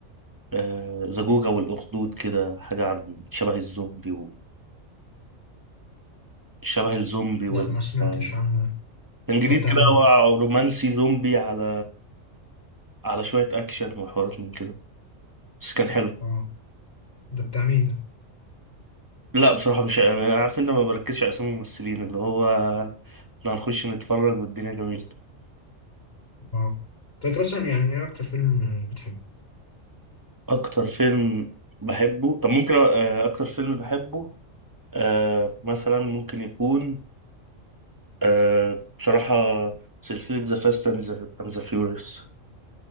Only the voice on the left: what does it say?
لا
ما سمعتش
عنه ده
ده بتاع
مين
اه ده بتاع مين ده
اه طب انت مثلا يعني ايه اكتر فيلم بتحبه